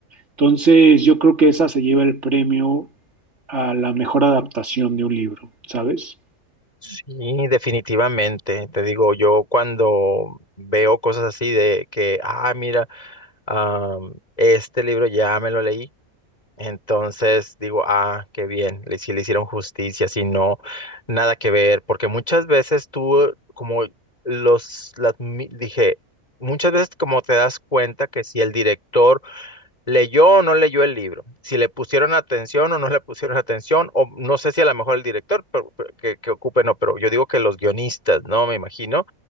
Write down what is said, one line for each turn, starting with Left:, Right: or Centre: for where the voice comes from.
Right: Entonces, yo creo que esa se lleva el premio a la mejor adaptación de un libro, ¿sabes?
Left: Sí, definitivamente. Te digo, yo cuando veo cosas así de que, ah, mira, ah, este libro ya me lo leí Entonces digo, ah, qué bien, le- si le hicieron justicia, si no, nada que ver, porque muchas veces tú, como los, las, mi- dije, muchas veces como te das cuenta que si el director leyó o no leyó el libro, si le pusieron atención o no le pusieron atención, o no sé si a lo mejor el director pero- pero que, que ocupe, no, pero yo digo que los guionistas, ¿no? Me imagino,